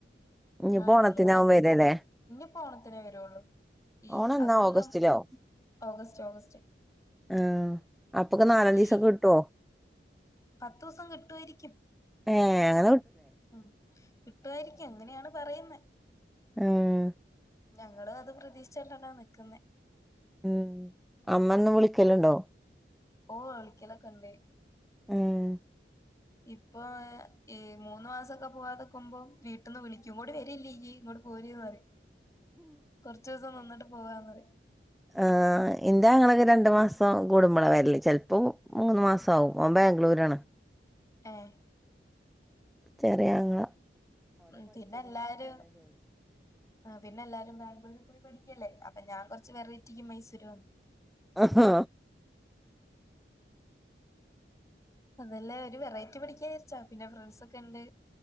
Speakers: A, in the centre; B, on the left (about 20°).
A: ഞ്ഞിപ്പോ
B: ആ
A: ഓണത്തിനാവെരാലേ?
B: മൂന്നോ ഇനിയിപ്പോ ഓണത്തിനേ വരുള്ളൂ ഈ
A: ഓണം
B: അതുമെല്ലാം
A: എന്നാ ഓഗസ്റ്റിലോ?
B: ഓഗസ്റ്റ് ഓഗസ്റ്റ്
A: ആഹ അപ്പക്കെ നാലഞ്ചു
B: ഈ
A: സം ദിവസം കിട്ടോ?
B: പത്ത് ദിവസം കിട്ടു ആയിരിക്കും.
A: ഏ ഹ്
B: ഉ കിട്ടുവായിരിക്കും അങ്ങനെയാണ് പറയുന്നെ
A: ആഹ
B: ഞങ്ങളും അത് പ്രതീക്ഷിചിട്ടാ നിക്കുന്നേ...
A: ഉം അമ്മ ഒന്നും വിളിക്കല് ണ്ടോ..?
B: ഓ വിളിക്കല ക്കെണ്ട്.
A: ആ ഹ്
B: ഇപ്പൊ ഈ മൂന്ന് മാസൊക്കെ പോവാതെക്കുമ്പോം വീട്ടിന്ന് വിളിക്കും ഇങ്ങോട്ട് വരല്ലേ യ്യ് പോര് പറയും കൊറച്ച് ദിവസം നിന്നിട്ട് പോവാ പറയും
A: ആ ഇന്റെ ആങ്ങളക്കെ രണ്ടു മാസം കൂടുമ്പോള വരല് ചിലപ്പോ മൂന്ന് മാസം ആകും. ബാംഗ്ലൂര് ആണ്
B: ഏഹ്
A: ചെറിയാങ്ങള
B: ഉ പിന്നെ എല്ലാരും പിന്നെ എല്ലാരും ബാംഗ്ലൂര് പോയി പഠിക്കല്ലേ? അപ്പൊ ഞാൻ കുറച്ച് വെറൈറ്റിക്ക് മൈസൂര് വന്നു
A: ആ ഹാ
B: അതല്ല ഒരു വെറൈറ്റി പഠിക്കാ വിചാരിച്ച പിന്നെ ഫ്രണ്ട്സ് ഒക്കെ ഉണ്ട്.